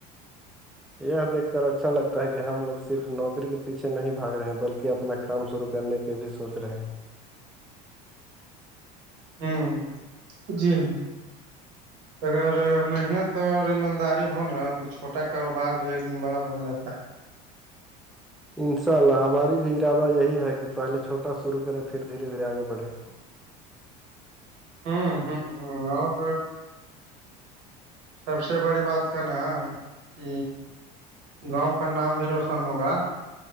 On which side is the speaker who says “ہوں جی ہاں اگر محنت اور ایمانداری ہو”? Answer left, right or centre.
Right